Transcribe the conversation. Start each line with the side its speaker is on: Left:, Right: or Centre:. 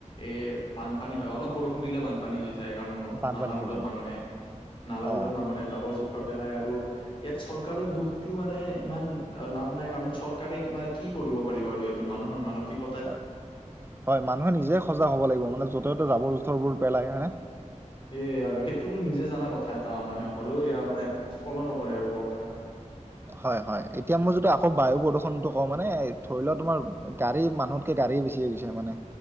Left: এ বানপানী হয় অলপ বৰষুণ দিলে বান- পানী হৈ যায় কাৰণ ন
Right: বানপানী
Left: নালাবোৰত
Right: হৈ যায়
Left: মানুহে নালাবোৰত
Right: অ
Left: মানুহে জাবৰ-জোথৰ পেলাই আৰু ইয়াত চৰ- কাৰক দুখ দিও মানে ইমান লাভ নাই কাৰণ চৰকাৰে কিবা কি কৰিব পাৰিব আৰু এইটোত মানুহৰ মানসিক-
Right: হয় হয় মানুহে নিজে সজাগ হ'ব লাগিব মানে য'তে ত'তে জাবৰ জোথৰবোৰ পেলায় হয়নে।
Left: এ আৰু সেইটোতো নিজে জনা কথা এটা মানুহে হ'লেও এয়া মানে ফল' নকৰে আৰু ক'ব পৰা।
Right: হয় হয়, এতিয়া মই যদি আকৌ বায়ু প্ৰদূষণটো কওঁ মানে ধৰি লোৱা তোমাৰ গাড়ী মানুহতকে গাড়ী বেছি হৈ গৈছে মানে